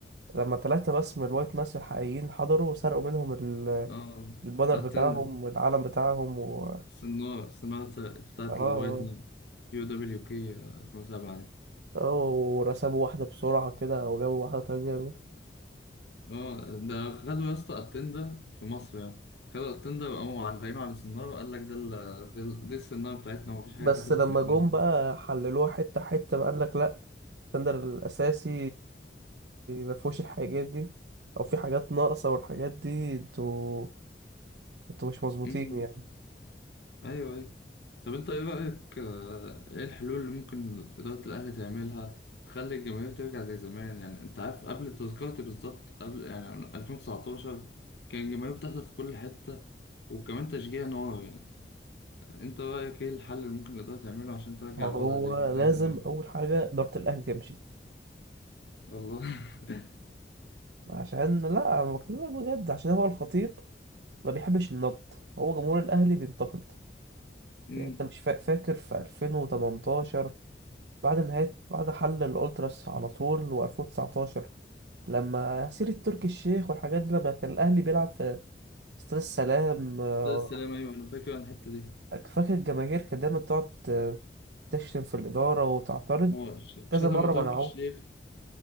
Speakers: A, on the right; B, on the left.
A: لما ثلاثة بس من الوايت ناس الحقيقيين حضروا وسرقوا منهم ال-
B: اه
A: البانر
B: اتند
A: بتاعهم والعلم بتاعهم و...
B: سنارة سنارة بتاعت
A: اه
B: الوايت نايت يو دبليو كي 2007 دي
A: اه ورسموا واحدة بسرعة كده وجابوا واحدة تانية
B: اه ده خدوا يا اسطى اتندر في مصر يعني خدوا اتندر وقاموا معلقينه على السنارة قال لك ده ال- ده ال- دي السنارة بتاعتنا ومفيش حاجة
A: بس
B: اتاخدت
A: لما
B: مننا
A: جم بقى حللوها حتة حتة بقى قالك لأ الستاندر الأساسي مفهوش الحاجات دي أو في حاجات ناقصة والحاجات دي انتوا انتوا مش مظبوطين
B: مم.
A: يعني.
B: ايوه ايوه طب انت ايه رأيك آه، ايه الحلول اللي ممكن إدارة الأهلي تعملها تخلي الجماهير ترجع زي زمان يعني انت عارف قبل تذكرتي بالظبط قبل يعني 2019 كان الجماهير بتحضر في كل حتة وكمان تشجيع نار يعني انت رأيك ايه الحل اللي ممكن الإدارة تعمله عشان ترجع
A: هو
B: الوضع زي
A: لازم
B: زي زمان
A: أول حاجة إدارة الأهلي تمشي
B: والله <laughs>
A: عشان لا أنا بكلمك بجد عشان هو الخطيب ما بيحبش النقد هو جمهور الأهلي بينتقد
B: امم
A: يعني أنت مش فا- فاكر في 2018 بعد نهاية بعد حل الألتراس على طول و2019 لما سيرة تركي الشيخ والحاجات دي لما كان الأهلي بيلعب في استاد السلام آه،
B: ده السلام ايوه انا فاكر عن الحتة دي
A: فاكر الجماهير كانت دايما تقعد آه، تشتم في الإدارة وتعترض
B: هو ش-
A: كذا
B: شتموا
A: مرة
B: تركي
A: منعوه
B: الشيخ